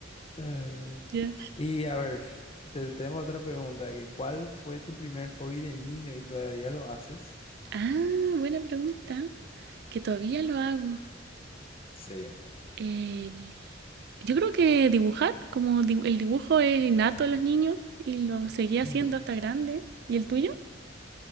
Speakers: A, on the left; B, on the right.
A: Eh,
B: ya
A: Y a ver, te, tengo otra pregunta, que ¿cuál fue tu primer hobby de niño y todavía lo haces?
B: Ah, buena pregunta, que todavía lo hago.
A: Sí.
B: Eh, yo creo que dibujar, como di- el dibujo es innato a los niños y lo seguí haciendo
A: Mm,
B: hasta grande. ¿Y el tuyo?